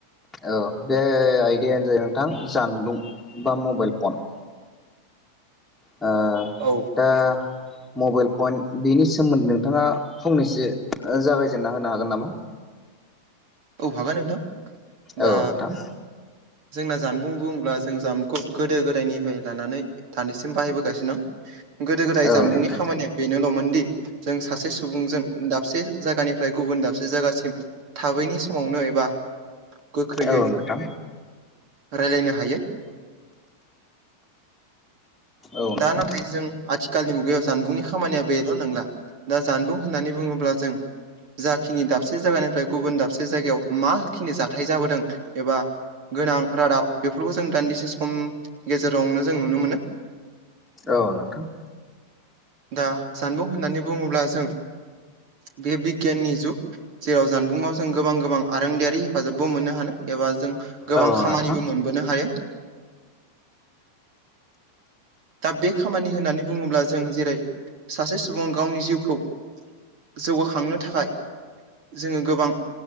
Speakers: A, in the centre; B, on the right.
A: औ बे आइदायानो जायो नोंथां जानबुं बा मबाइल फन। ओ
B: औ।
A: दा मबाइल पन बेनि सोमोन्दै नोंथाङा फंनैसो जागायजेनना होनो हागोन नामा?
B: औ हागोन नोंथां। दा
A: औ नोंथां।
B: जोंना जानबुं बुङोब्ला जों जानबुंखौ गोदो गोदायनिफ्राय लानानै दानिसिम बाहायबोगासिनो दं। गोदो गोदाय
A: औ
B: जानबुंनि
A: नोंथां
B: खामानिया बेनोल'मोन दि जों सासे सुबुंजों दाबसे जायगानिफ्राय गुबुन दाबसे जायगासिम थाबैनि समावनो एबा गोख्रैयै
A: औ नोंथां
B: रायलायनो हायो।
A: औ नोंथां
B: दा नाथाय जों आथि खालनि मुगायाव जानबुंनि खामानिया बेल' नंला। दा जानबुं होननानै बुङोब्ला जों जाखिनि दाबसे जायगानिफ्राय गुबुन दाबसे जायगायाव माखिनि जाथाय जाबोदों एबा गोनां रादाब बेफोरखौ जों दान्दिसे सम गेजेरावनो जों नुनो मोनो।
A: औ नोंथां।
B: दा जानबुं होननानै बुङोब्ला जों बेयो बिगियाननि जुग। जेराव जानबुआव जों गोबां गोबां आरोंदायारि हेफाजाबबो मोननो हानो एबा जों गोबां
A: औ नोंथां औ
B: खामानिबो
A: नोंथां
B: मोनबोनो हायो। दा बे खामानि होननानै बुङोब्ला जों जेरै सासे सुबुं गावनि जिउखौ जौगाखांनो थाखाय जोङो गोबां